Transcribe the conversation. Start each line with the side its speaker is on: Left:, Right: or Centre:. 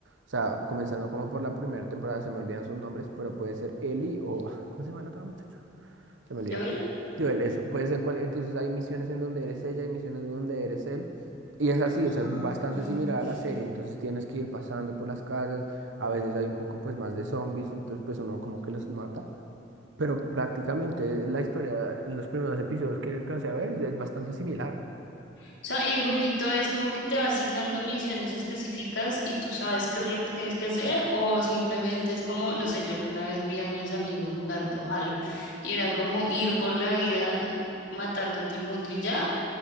Right: O sea, comenzando como por la primera temporada, se me olvidan sus nombres, pero puede ser Eli o... ah, ¿Cómo se llama el otro muchacho? Se me olvida.
Left: Joel.
Right: Joel, eso. Puede ser cual... Entonces hay misiones en donde eres ella, hay misiones en donde eres él. Y es así,
Left: Ah.
Right: o sea, es bastante similar a la serie. Entonces tienes que ir pasando por las casas. A veces hay un poco pues más de zombies, entonces pues uno como que los mata. Pero prácticamente la historia en los primeros episodios que alcancé a ver es, es bastante similar.
Left: O sea, y el jueguito es como que te va asignando misiones específicas y tú sabes qué es lo que tienes que hacer o simplemente es como, no sé, yo alguna vez vi a mis amigos jugando Halo y era como ir por la vida matando a todo el mundo y ya,